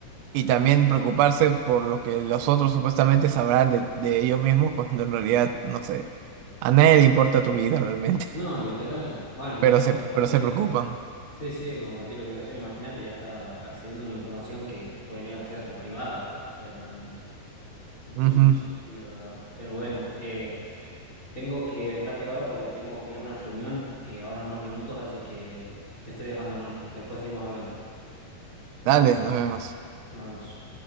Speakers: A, on the right; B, on the left.
A: y también preocuparse por lo que los otros supuestamente sabrán de, de ellos mismos cuando en realidad,
B: claro.
A: no sé, a nadie le importa tu vida realmente,
B: No, literal.
A: <laughs>
B: Bueno, ya
A: pero
B: con-
A: se,
B: compartir,
A: pero se preocupan.
B: sí, sí, compartir la ubicación, imagínate, ya está accediendo a una información que puede llegar a ser hasta privada. O sea, no, no, no
A: Ujú.
B: tiene mucho sentido, la verdad. Pero bueno, eh, Tengo que dejarte ahora porque tengo que ir a una reunión eh, ahora en unos minutos, así que te estoy dejando, hermano. Después seguimos hablando.
A: Dale, nos vemos.
B: Nos vemos.